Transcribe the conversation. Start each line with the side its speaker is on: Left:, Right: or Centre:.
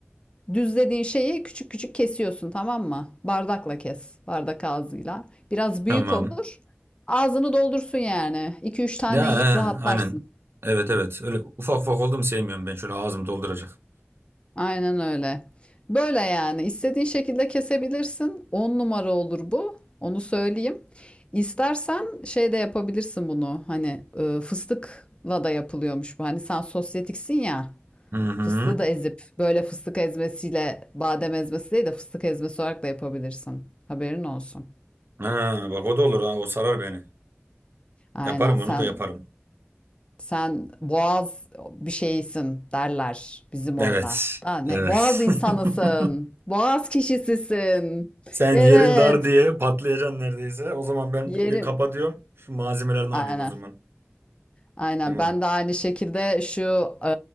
Left: düzlediğin şeyi küçük küçük kesiyorsun, tamam mı? Bardakla kes, bardak ağzıyla. Biraz
Right: Tamam.
Left: büyük olur. Ağzını doldursun yani. 2 üç tane
Right: Ya,
Left: yiyip rahatlarsın.
Right: he, aynen. Evet evet. Öyle ufak ufak oldu mu sevmiyorum ben. Şöyle ağzım dolduracak.
Left: Aynen öyle. Böyle yani istediğin şekilde kesebilirsin. 10 numara olur bu. Onu söyleyeyim. İstersen şey de yapabilirsin bunu. Hani e, fıstıkla da yapılıyormuş bu. Hani sen sosyetiksin ya.
Right: Hı hı.
Left: Fıstığı da ezip böyle fıstık ezmesiyle badem ezmesi değil de fıstık ezmesi olarak da yapabilirsin. Haberin olsun.
Right: Ha, bak o da olur ha. O sarar beni.
Left: Aynen
Right: Yaparım
Left: sen
Right: onu da yaparım.
Left: Sen boğaz bir şeysin derler bizim
Right: Evet.
Left: orada. Ha, ne?
Right: Evet.
Left: Boğaz insanısın.
Right: <laughs>
Left: Boğaz kişisisin.
Right: Sen
Left: Evet.
Right: yerin dar diye patlayacaksın neredeyse. O zaman ben
Left: Yerim.
Right: bir kapatıyorum. Şu malzemelerini
Left: Aynen.
Right: alayım o zaman.
Left: Aynen.
Right: Tamam.
Left: Ben de aynı şekilde şu e,